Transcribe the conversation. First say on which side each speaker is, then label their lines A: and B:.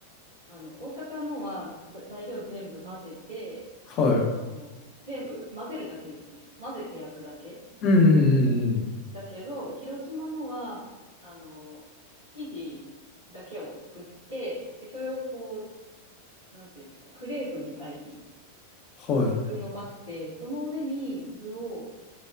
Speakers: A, on the left; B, on the left.
A: あの、大阪のはざ材料全部混ぜて、
B: はい。
A: あの、全部混ぜるだけですよね。混ぜて焼くだけ。
B: うんうんうんうん。
A: だけど、広島のは、あの、生地だけを作って、で、それをこう、なんていうんですか、クレープみたいに
B: はい。
A: 薄く伸ばして、その上に具を、